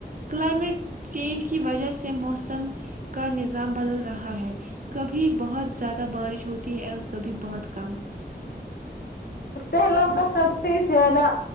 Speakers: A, on the right; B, on the left.
A: کلائمیٹ چینج کی وجہ سے موسم کا نظام بدل رہا ہے کبھی بہت زیادہ بارش ہوتی ہے اور کبھی بہت کم
B: سہلاب کا سب سے زیادہ